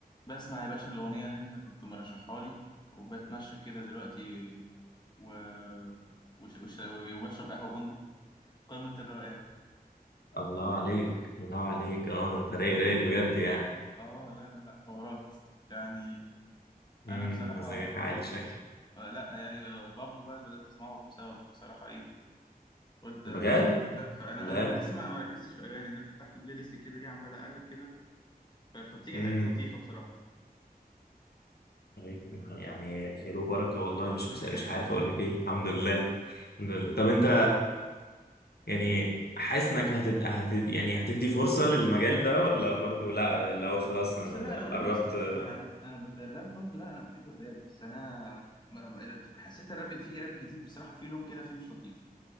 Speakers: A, on the left (about 25°); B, on the left (about 85°).
A: بسمع يا باشا الأغنية اللي أنت كنت مرشحها لي وبتمشى كده دلوقتي و... وش... وش... وبشرب قهوة بندق قمة الروقان
B: الله عليك الله عليك اه ده انت رايق رايق بجد يعني
A: آه لا لا لا حوارات يعني أنا
B: امم
A: بصراحة
B: مزاجك عالي شكله
A: آه، لا يعني بابلو بقى بدأت أسمعه بسبب بصراحة إيه قلت
B: بجد
A: أشوفه كده فأنا
B: لا
A: أنا لسه ما ما ركزتش في أغاني أنا فتحت بلاي ليست كده ليه عمال أقلب كده ف- فبتيجي
B: امم
A: حاجات لطيفة بصراحة
B: طيب، يعني خير وبركه والله مش
A: <laughs>
B: مس- مش عارف اقول لك ايه الحمد لله الحمد لله طب انت يعني حاسس انك هتد... هتد... يعني هتدي فرصه للمجال ده ولا برضو لا لو خلاص
A: بص
B: آه،
A: لا انا اوريدي
B: قربت
A: بستلطفه
B: آه،
A: انا انا بح- الراب برضو لا انا بحب الراب بس انا م- م- حسيت الراب في راب جديد بصراحه في لون كده فيه مش لطيف